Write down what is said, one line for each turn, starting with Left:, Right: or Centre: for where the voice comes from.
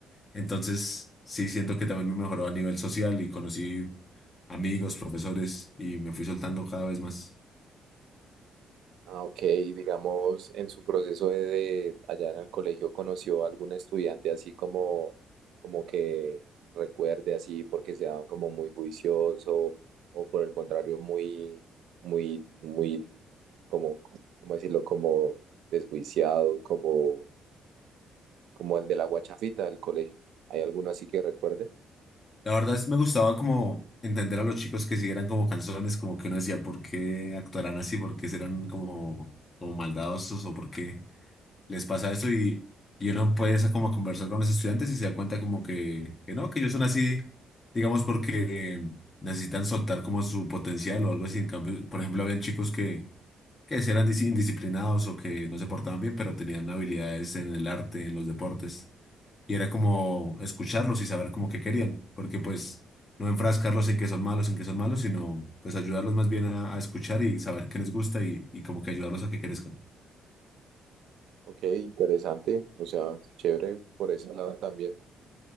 Left: Entonces, sí siento que también me mejoró a nivel social y conocí amigos, profesores y me fui soltando cada vez más.
Right: Ah, ok. Y digamos, en su proceso de, de allá en el colegio, ¿conoció algún estudiante así como, como que recuerde así porque se daban como muy juicioso o por el contrario muy, muy, muy, como, ¿cómo decirlo? Como desjuiciado, como, como el de la guachafita del colegio. ¿Hay alguno así que recuerde?
Left: La verdad es, me gustaba como entender a los chicos que si eran como canzones, como que uno decía, ¿por qué actuarán así? ¿Por qué serán como, como maldadosos o por qué les pasa eso? Y, y uno empieza como a conversar con los estudiantes y se da cuenta como que, que no, que ellos son así, digamos, porque necesitan soltar como su potencial o algo así. En cambio, por ejemplo, habían chicos que que si eran dis- indisciplinados o que no se portaban bien, pero tenían habilidades en el arte, en los deportes. Y era como escucharlos y saber como qué querían, porque pues no enfrascarlos en que son malos, en que son malos, sino pues ayudarlos más bien a, a escuchar y saber qué les gusta y, y como que ayudarlos a que crezcan.
Right: Ok, interesante. O sea, chévere por ese lado también.